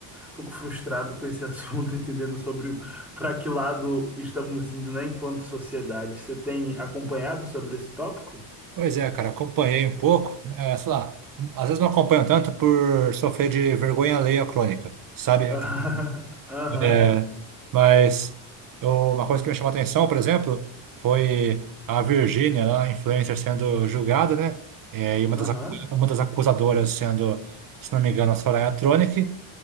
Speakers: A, in the centre; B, on the right.
A: pouco frustrado com esse assunto, <laughs> entendendo sobre para que lado estamos indo, né, enquanto sociedade. Você tem acompanhado sobre esse tópico?
B: Pois é, cara, acompanhei um pouco. É, sei lá, às vezes não acompanho tanto por sofrer de vergonha alheia crônica, sabe?
A: <laughs> Aham,
B: É, mas eu- uma coisa que me chamou a atenção, por exemplo, foi a Virgínia, lá, a influencer, sendo julgada, né? É, e uma das,
A: aham,
B: acu- uma das acusadoras sendo, se não me engano, a Soraya Tronic.